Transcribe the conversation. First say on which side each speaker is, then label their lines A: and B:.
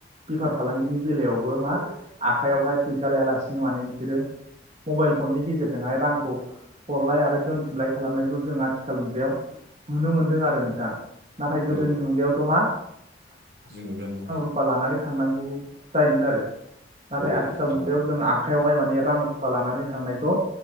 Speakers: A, on the right (about 35°); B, on the right (about 70°).
A: बेफार फालांगिनि बेलायावबो मा आखाइयावहाय फैसा लायालासिनो माने बिसोरो मबाइल फननि गेजेरजोंहाय रांखौ हरलाय आरो दोन्थुमलाय खालामनायखौ जों आथिखाल मुगायाव नुनो मोनदों आरो नोंथां नाथाय गोदोनि
B: औ
A: मुगायावथ' मा
B: जों नुनो मोनो
A: सुफा लानानै थांनांगौ जायोमोन आरो नाथाय
B: औ
A: आथिखाल
B: नोंथां
A: मुगायाव
B: औ
A: जों
B: नंगौ
A: आखायावहाय माने रां रुफा लानानै थांनायखौ